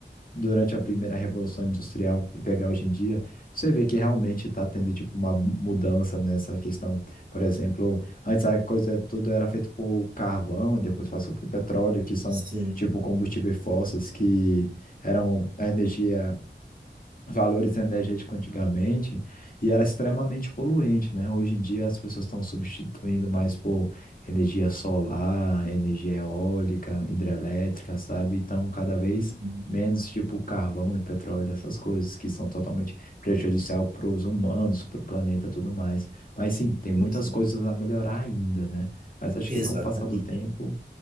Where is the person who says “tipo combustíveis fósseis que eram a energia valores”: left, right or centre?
Left